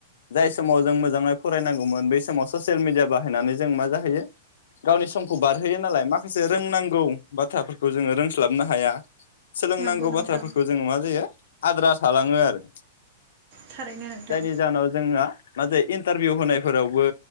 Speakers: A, on the left; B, on the right.
A: जाय समाव जों मोजाङै फरायनांगौमोन बै समाव ससियेल मिडिया बाहायनानै जों मा जाहैयो गावनि समखौ बारहोयो नालाय माखासे रोंनांगौ बाथ्राफोरखौ जोङो रोंस्लाबनो हाया सोलोंनांगौ
B: नंगौ नोंथां
A: बाथ्राफोरखौ जोङो मा जायो। आद्रा थालाङो आरो
B: थारैनो नोंथां
A: जायनि जाहोनाव जोंना मा जायो इन्टारभिउ होनायफोरावबो